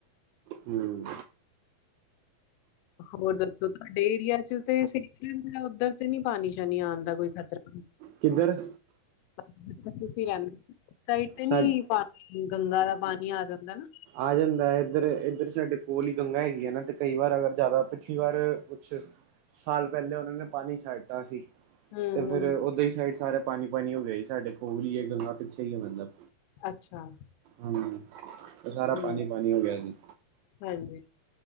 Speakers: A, on the right; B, on the left.
A: ਹੂੰ,
B: ਹੋਰ ਦੱਸੋ ਤੁਹਾਡੇ ਏਰੀਆ ਚ ਤੇ ਸੇਫ ਏ, ਉੱਧਰ ਤੇ ਨੀ ਪਾਣੀ ਸ਼ਾਣੀ ਆਣ ਦਾ ਕੋਈ ਖ਼ਤਰਾ।
A: ਕਿੱਧਰ?
B: <unintelligible>
A: ਸਾ
B: ਗੰਗਾ ਦਾ ਪਾਣੀ ਆ ਜਾਂਦਾ ਨਾ।
A: ਆ ਜਾਂਦਾ ਹੈ ਇੱਧਰ ਇੱਧਰ ਸਾਡੇ ਕੋਲ ਹੀ ਗੰਗਾ ਹੈਗੀ ਹੈ ਨਾ ਤੇ ਕਈ ਵਾਰ ਅਗਰ ਜ਼ਿਆਦਾ ਪਿਛਲੀ ਵਾਰ ਕੁਛ ਸਾਲ ਪਹਿਲੇ ਔਨਾਂ ਨੇ ਪਾਣੀ ਛੱਡਤਾ ਸੀ।
B: ਹੂੰ
A: ਤੇ ਫਿਰ
B: ਹੂੰ
A: ਔਦਾਂ ਈ ਸਾਈਡ ਸਾਰਾ ਪਾਣੀ-ਪਾਣੀ ਹੋ ਗਿਆ ਸੀ। ਸਾਡੇ ਕੋਲ ਈ ਐ ਗੰਗਾ ਪਿੱਛੇ ਈ ਐ, ਮਤਲਬ
B: ਅੱਛਾ।
A: ਹਾਂਜੀ ਤੇ ਸਾਰਾ
B: ਹੂੰ,
A: ਪਾਣੀ-ਪਾਣੀ ਹੋ ਗਿਆ ਸੀ।
B: ਹਾਂਜੀ।